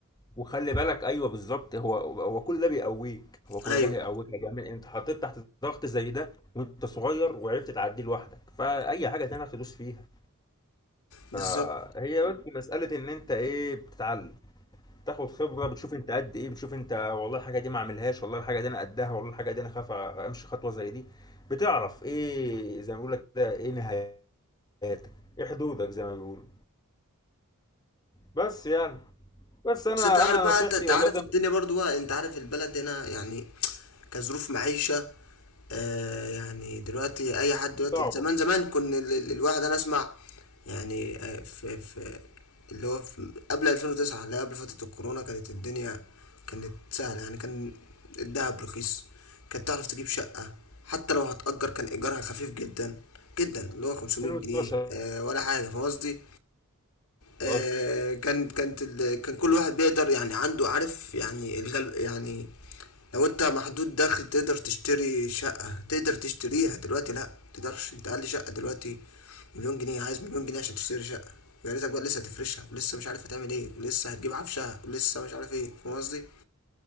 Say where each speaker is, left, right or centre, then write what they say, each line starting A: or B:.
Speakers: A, on the left; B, on the left.
A: وخلي بالك ايوه بالظبط هو هو كل ده بيقويك هو كل
B: ايوه
A: ده هيقويك يا جميل انت حطيت تحت ضغط زي ده وانت صغير وعرفت تعديه لوحدك فاي حاجة تانية هتدوس فيها
B: بالظبط
A: فهي بس مسألة إن أنت إيه بتتعلم تاخد خبره بتشوف انت قد ايه بتشوف انت والله الحاجه دي ما اعملهاش والله الحاجه دي انا قدها والله الحاجه دي انا خايف امشي خطوه زي دي بتعرف ايه زي ما بيقول لك كده ايه نهاياتك ايه حدودك زي ما بيقولوا بس يعني بس انا
B: بس انت عارف
A: انا
B: بقى
A: نصيحتي
B: انت أنت
A: والله
B: عارف
A: ده
B: الدنيا
A: مش
B: برضو بقى انت عارف البلد هنا يعني كظروف معيشة آه يعني دلوقتي اي حد دلوقتي
A: صعبه
B: زمان زمان كنا ال- ال- الواحد انا اسمع يعني آه، في في اللي هو في قبل 2009 اللي قبل فترة الكورونا كانت الدنيا كانت سهلة يعني كان الدهب رخيص كانت تعرف تجيب شقة حتى لو هتأجر كان إيجارها خفيف جدا جدا اللي هو 500
A: 2012
B: جنيه آه ولا حاجة فاهم قصدي آه،
A: قصدي
B: كان كانت ال- كان كل واحد بيقدر يعني عنده عارف يعني الغل يعني لو انت محدود دخل تقدر تشتري شقة تقدر تشتريها دلوقتي لا تقدرش انت اقل شقة دلوقتي مليون جنيه عايز مليون جنيه عشان تشتري شقة ويا ريتك بقى لسه هتفرشها ولسه مش عارف هتعمل ايه ولسه هتجيب عفشها ولسه مش عارف ايه فاهم قصدي